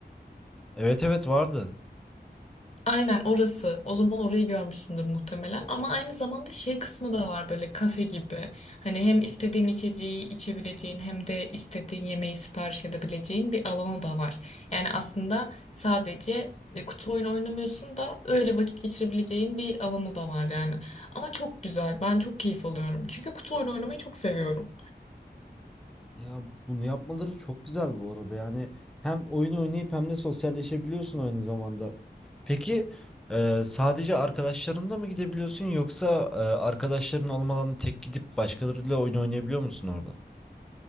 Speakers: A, in the centre; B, on the left.
A: Evet evet vardı.
B: Aynen orası o zaman orayı görmüşsündür muhtemelen ama aynı zamanda şey kısmı da var böyle kafe gibi. Hani hem istediğin içeceği içebileceğin hem de istediğin yemeği sipariş edebileceğin bir alanı da var. Yani aslında sadece e, kutu oyunu oynamıyorsun da öyle vakit geçirebileceğin bir alanı da var yani. Ama çok güzel ben çok keyif alıyorum çünkü kutu oyunu oynamayı çok seviyorum.
A: Ya bunu yapmaları çok güzel bu arada. Yani hem oyunu oynayıp hem de sosyalleşebiliyorsun aynı zamanda. Peki e, sadece arkadaşlarınla mı gidebiliyorsun yoksa e, arkadaşların olmadan tek gidip başkalarıyla oyun oynayabiliyor musun orada?